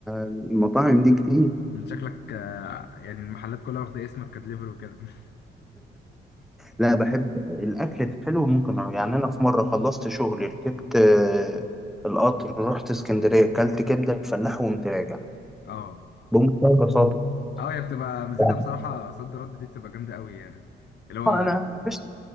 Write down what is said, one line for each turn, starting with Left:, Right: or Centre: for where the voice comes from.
Centre: المطاعم دي كتير
Left: انت شكلك آه يعني المحلات كلها واخده اسمك كدليفري وكده <laughs>
Centre: لا بحب الاكل الحلو ممكن أروح. يعني انا في مره خلصت شغلي ركبت آه، القطر رحت اسكندريه اكلت كبده الفلاح وقمت راجع
Left: اه
Centre: بمنتهى البساطه
Left: اه هي بتبقى ميزتها
Centre: يعني
Left: بصراحه صد رد دي بتبقى جامده قوي يعني اللي هو
Centre: آه، انا بس